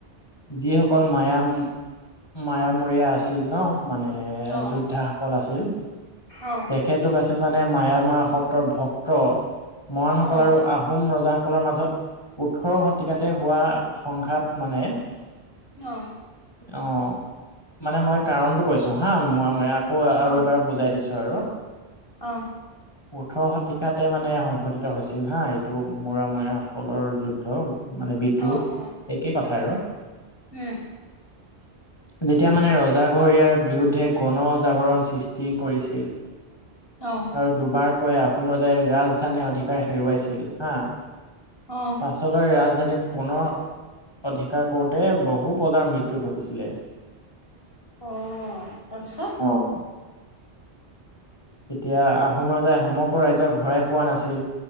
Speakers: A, on the left; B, on the left.
A: যিসকল মায়াম। মায়ামৰী য়া আছিল ন মানে
B: অ',
A: যোদ্ধাসকল আছিল।
B: অ',
A: তেখেতলোক আছিল মানে মায়ামাৰা সত্ৰৰ ভক্ত। মৰাণসকল
B: অ',
A: আৰু আহোম ৰজাসকলৰ মাজত ওঠৰ শতিকাতে হোৱা। সংঘাত মানে।
B: অ।
A: অ মানে মই কাৰণতটো কৈছো হা মোৱামৰীয়া আকৌ আৰু
B: অ',
A: এবাৰ বুজাই দিছো। আৰু।
B: অ।
A: ওঠৰ শতিকাতে মানে সংঘটিত হৈছিল হা এইটো মোৱামৰীয়া সকলৰ যুদ্ধ। মানে বিদ্ৰোহ
B: অ', অ
A: একেই কথা আৰু।
B: উম,
A: যেতিয়া মানে ৰজাঘৰীয়া বিৰুদ্ধে গণজাগৰণ সৃষ্টি কৰি। হৈছিল
B: অ',
A: আৰু দুবাৰ। কৈ আহোম ৰজাই ৰাজধানী অধিকাৰ হেৰুৱাইছিল হা।
B: অ',
A: পাছলৈ ৰাজধানী পুনৰ অধিকাৰ। ক'তে বহু প্ৰজাৰ মৃত্যু ঘটিছিলে।
B: অ তাৰপিছত।
A: অ এতিয়া আহোম ৰজাই সমগ্ৰ ৰাজ্যৰ ঘূৰাই পোৱা নাছিল